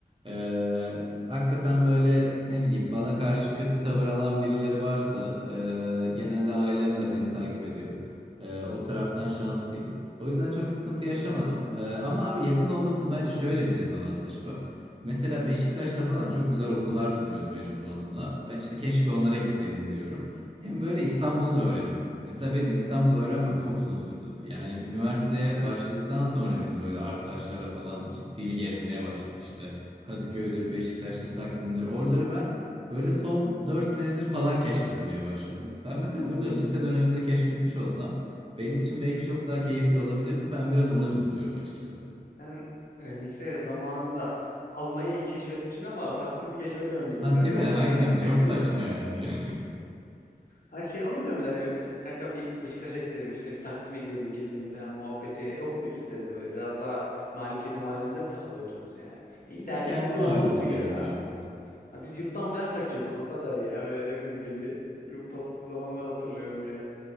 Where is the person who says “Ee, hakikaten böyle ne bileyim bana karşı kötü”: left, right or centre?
Right